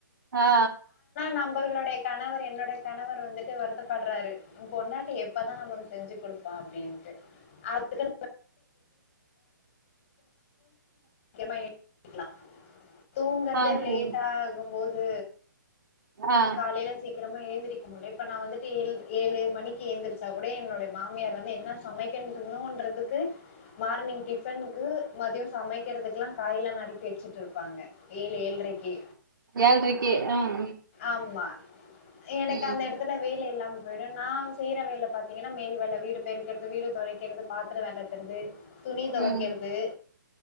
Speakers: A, on the right (about 75°); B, on the left (about 35°).
A: ஹா
B: நம்மளுடைய கணவர் என்னுடைய கணவர் வந்துட்டு வருத்தப்படுறாரு பொண்டாட்டி எப்தான் நமக்கு செஞ்சு கொடுப்பா அப்படின்ட்டு அதுக்கு நம்ம <unintelligible> தூங்குறதே
A: ஆ
B: லேட்
A: சரி
B: <unintelligible> போது
A: ஆ
B: காலையில சீக்கிரமா எழுந்து இப்ப நா வந்துட்டு ஏ ஏழு மணிக்கு ஏழுந்திரிச்சா கூட என்னோட மாமியார் வந்து என்ன சமக்கனும்றதுக்கு மார்னிங் டிபனுக்கு மதியம் சமக்கிறதுயெல்லாம் காயல்லாம் நறுக்கி வச்சுட்டு இருப்பாங்க ஏழு ஏழட்ரக்கி
A: ஏழ்ரைக்கு ம்
B: ஆமா எனக்கு
A: ம்
B: அந்த
A: ம்
B: இடத்துல வெயில இல்லாம் போயிடும் நான் செய்யற வேலை பாார்த்தீங்கன்னா மேல் வேலை வீடு பெருக்கிறது வீடு துடக்கிறது பாத்திர விளக்குறது துணி துவைக்கர்து
A: ம் ம்